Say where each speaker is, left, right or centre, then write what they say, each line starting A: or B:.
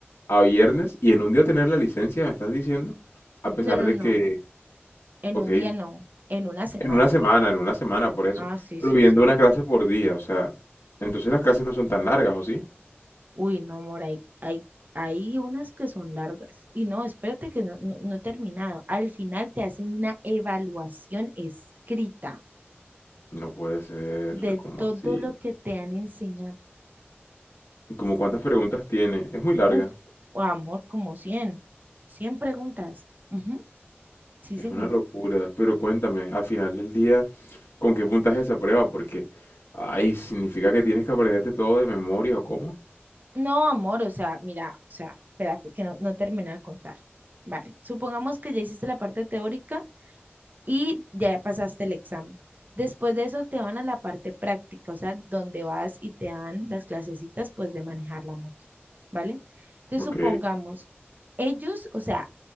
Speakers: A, on the left; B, on the right.
A: a viernes y en un día tener la licencia, me estás diciendo, a pesar
B: No, no,
A: de
B: no,
A: que,
B: en
A: ok,
B: un día no, en una semana.
A: En una semana, en una semana, por eso.
B: Ah, sí,
A: Pero
B: sí,
A: viendo
B: sí.
A: una clase por día, o sea, entonces las clases no son tan largas, ¿o sí?
B: Uy, no, amor, hay, hay, hay unas que son largas. Y no, espérate que no, no, no he terminado. Al final te hacen una evaluación escrita
A: No puede ser,
B: de
A: como
B: todo
A: así?
B: lo que te han enseñado.
A: ¿Como cuántas preguntas tiene? Es muy larga,
B: Uf, amor, como cien cien preguntas. Ujú, Sí,
A: es
B: señor.
A: una locura. Pero cuéntame, al final del día, ¿con qué puntaje esa prueba? Porque, ay, ¿significa que tienes que aprenderte todo de memoria o cómo?
B: No, amor, o sea, mira, o sea, espérate que no, no terminé de contar. Vale, supongamos que ya hiciste la parte teórica y ya pasaste el examen. Después de eso te van a la parte práctica, o sea, donde vas y te dan las clasecitas pues de manejar la moto, ¿vale? Entonces
A: Ok.
B: supongamos, ellos, o sea,